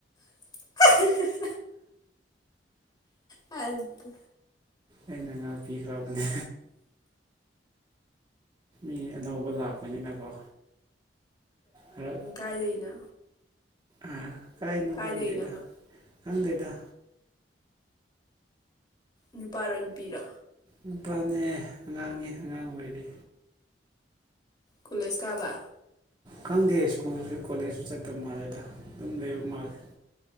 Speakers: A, on the left; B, on the right.
A: <unintelligible> ꯑ ꯑꯗꯨ
B: ꯑꯩꯅ ꯉꯥꯛꯄꯤꯈ꯭ꯔꯕꯅꯦ ꯃꯤ ꯑꯅꯧꯕ ꯂꯥꯛꯄꯅꯤꯅꯀꯣ ꯈꯔ
A: ꯀꯥꯏꯗꯅꯣ
B: ꯑꯥ ꯀꯥꯏꯅꯣ
A: ꯀꯥꯏꯗꯩꯅꯣꯕ
B: ꯈꯪꯗꯦꯗ ꯈꯪꯗꯦꯗ
A: ꯅꯨꯄꯥꯔꯣ ꯅꯨꯄꯤꯔꯥ
B: ꯅꯨꯄꯥꯅꯦ ꯑꯉꯥꯡꯅꯦ ꯑꯉꯥꯡ ꯑꯣꯏꯔꯤ
A: ꯀꯣꯂꯦꯁ ꯀꯥꯕ
B: ꯈꯪꯗꯦ ꯁ꯭ꯀꯨꯜꯁꯨ ꯀꯣꯂꯦꯖꯁꯨ ꯆꯠꯇꯕ ꯃꯥꯜꯂꯦꯗ ꯑꯗꯨꯝ ꯂꯩꯕ ꯃꯥꯜꯂꯦ